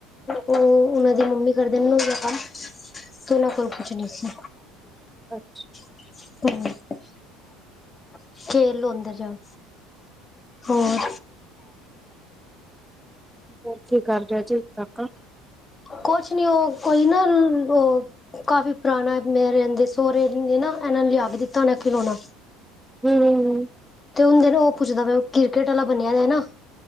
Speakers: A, on the left; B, in the centre.
A: ਉਹ ਉਹਨਾਂ ਦੀ ਮੰਮੀ ਕਰਦੇ ਨੇ ਦਾ ਜਿਯਾ ਕੰਮ, ਤੇ ਉਹਨਾਂ ਕੋਲ ਕੁਛ ਨਹੀਂ ਸੀ।
B: ਅੱਛਾ।
A: ਹਮ <unintelligible> ਖੇਲ ਲੋ ਅੰਦਰ ਜਾਓ, ਹੋਰ
B: ਹੋਰ ਕੀ ਕਰ ਰਿਹਾ ਜੀ, ਕਾਕਾ
A: ਕੁਛ ਨੀ ਉਹ, ਕੋਈ ਨਾ ਉਹ ਕਾਫੀ ਪੁਰਾਣਾ ਮੇ ਰਹਿੰਦੇ, ਸਹੁਰੇ ਨੇ ਨਾ, ਇਹਨਾਂ ਨੇ ਲਿਆ ਕੇ ਦਿੱਤਾ ਉਹਨਾਂ ਖਿਲੌਣਾ।
B: ਹੂ ਹੂ ਹੂ
A: ਤੇ ਹੁੰਦੇ ਨਾ ਉਹ ਪੁੱਛਦਾ ਪਯਾ, ਕ੍ਰਿਕੇਟ ਵਾਲਾ ਬਣਿਆ ਦਾ ਨਾ